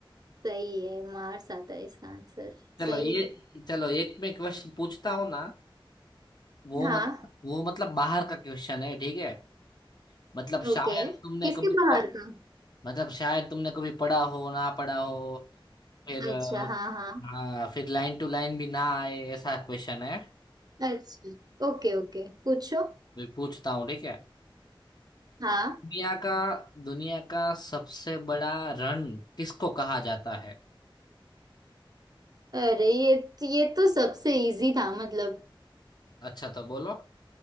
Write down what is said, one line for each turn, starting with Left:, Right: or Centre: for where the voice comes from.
Right: सही है मार्स आता है इसका आंसर
Left: चलो
Right: सही
Left: ये
Right: है
Left: चलो एक मैं क्वेश्चन पूछता हूँ ना वो
Right: हाँ
Left: मतलब वो मतलब बाहर का क्वेश्चन है ठीक है मतलब शायद
Right: ओके
Left: तुमने
Right: किसके
Left: कभी
Right: बाहर
Left: प-
Right: का
Left: मतलब शायद तुमने कभी पढ़ा हो ना पढ़ा हो फिर अ,
Right: अच्छा हाँ हाँ
Left: हाँ फिर लाइन टू लाइन भी ना आए ऐसा क्वेश्चन है
Right: अच्छा ओके ओके पूछो
Left: मैं पूछता हूँ ठीक है
Right: हाँ
Left: दुनिया का दुनिया का सबसे बड़ा रन किसको कहा जाता है
Right: अरे ये ये तो सबसे इजी था मतलब
Left: अच्छा तो बोलो